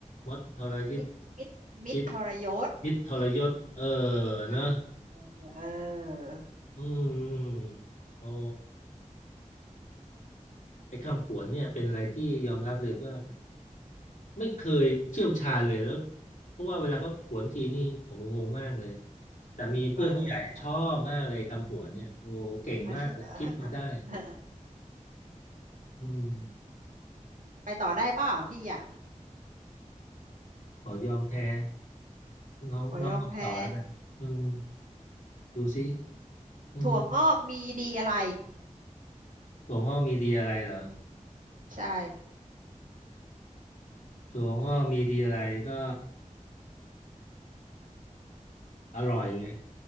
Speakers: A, on the left (about 80°); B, on the right (about 80°).
A: มดทรยิต
B: มิตรมิตรมิตรทรยศ
A: ชิตยิตทรยศเออเนอะ
B: อ่าเออ
A: อืมโอ้ไอ้คำผวนเนี่ยเป็นอะไรที่ยอมรับเลยว่าไม่เคยเชี่ยวชาญเลยแล้วเพราะว่าเวลาเขาผวนทีนี่โอ้โหงงมากเลยแต่มีเพื่อนผู้ใหญ่ชอบมากเลยคำผวนเนี่ยโอ้โหเก่งมากเลยคิดมาได้
B: เออเออ
A: อืม
B: ไปต่อได้เปล่าพี่อ่ะ
A: ขอยอมแพ้น้องน้องออกต่อแล้วกันอืม
B: ขอยอมแพ้
A: ดูสิอืม
B: ถั่วงอกมีดีอะไร
A: ถั่วงอกมีดีอะไรเหรอ
B: ใช่
A: ถั่วงอกมีดีอะไรก็อร่อยไง